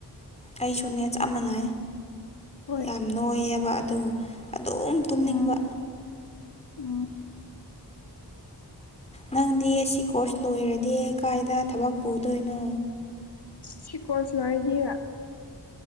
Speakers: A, on the left; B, on the left.
A: ꯑꯩꯁꯨ ꯅꯦꯠꯁ ꯃꯅ
B: ꯍꯣꯏ
A: ꯌꯥꯝ ꯅꯣꯏꯌꯦꯕ ꯑꯗꯨꯒ ꯑꯗꯨꯝ ꯇꯨꯝꯅꯤꯡꯕ
B: ꯎꯝ ꯎꯝ
A: ꯅꯪꯗꯤ ꯁꯤ ꯀꯣꯔꯁ ꯂꯣꯏꯔꯗꯤ ꯀꯥꯏꯗ ꯊꯕꯛ ꯄꯨꯗꯣꯏꯅꯣ
B: ꯁꯤ ꯀꯣꯔꯔꯁ ꯂꯔꯥꯏꯗꯤ